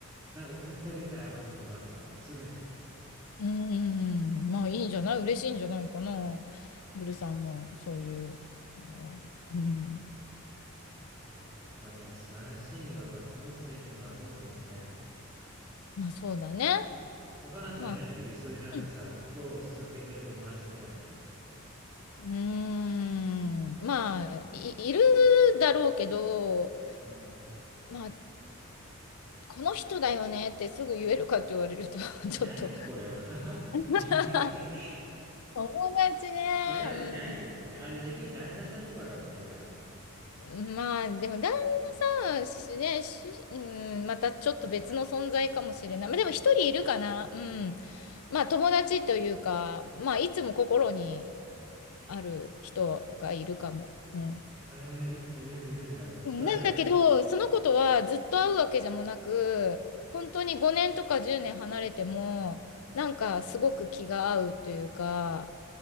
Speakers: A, on the right; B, on the left.
A: なんか送ってあげたい、アマゾンで今から、もうすぐに。
B: うん、まあいいんじゃない嬉しいんじゃないかな。グルさんも、そういう。うん、
A: いや、やっぱね、素晴らしいよ。やっぱ持つべきものは友ですね。
B: まあそうだね。
A: 若菜さんいないの？
B: まあ、
A: 逆にそういうなんかさ、
B: うん。
A: 心を救ってくれた友達みたいな。
B: うーん、まあ、い、いるだろうけど、
A: うん。
B: まあ、この人だよねってすぐ言えるかって言われると <laughs>
A: いないね、
B: ちょっと
A: これは。<laughs>
B: <laughs>
A: いないね。
B: 友達ね、
A: <laughs> これはいないですね。あ、で、逆に旦那さんとかかもね、じゃ
B: うん、まあでも旦那さん、しね、し、うん、またちょっと別の存在かもしれない。まあでも一人いるかな、うん。まあ友達というか、まあいつも心にある人がいるかも。うん。
A: あ。えーいつもいる人いるんだ。
B: うんなんだけど、
A: 誰？
B: その子とはずっと会うわけじゃもなく、本当に5年とか10年離れても、なんかすごく気が合うというか、